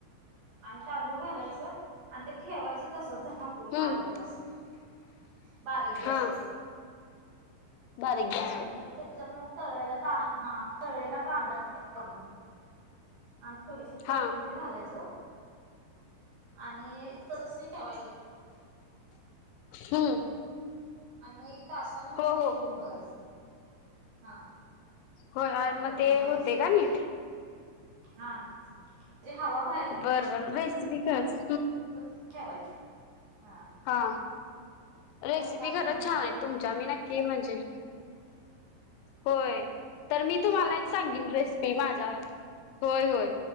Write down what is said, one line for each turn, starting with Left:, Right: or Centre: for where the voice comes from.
Right: आणि तांदूळ घालायचं आणि ते ठेवायचं तसं झा झाकून
Left: हम्म
Right: अर्धा तास, बारीक गॅस
Left: हा
Right: वर.
Left: बारीक गॅ
Right: र त्याच्यात मग तळला त हा तळेला कांदा ठे आणि थोडीशी कोथिंबीर
Left: हा
Right: घालायचं. आणि तस ठेवायच.
Left: हम्म.
Right: आणि मग एक तासा ना
Left: हो
Right: ते
Left: हो
Right: उघडून बघायचं, हा
Left: हो आणि मग
Right: उघडून
Left: ते
Right: बघायचं
Left: होते का निट.
Right: हा, हवाबाहेर.
Left: बरं-बरं रेसिपी खच.
Right: त ठेवायचं, हा.
Left: हा, रेसिपी
Right: बघा तुम्हाला
Left: खरंच छान
Right: आवडली
Left: आहे तुमच्या, मी नक्की आहे म्हणजे. होय, तर मी तुम्हाला
Right: आवडली
Left: एक सांगेन रेसिपी माझ्या, होय-होय.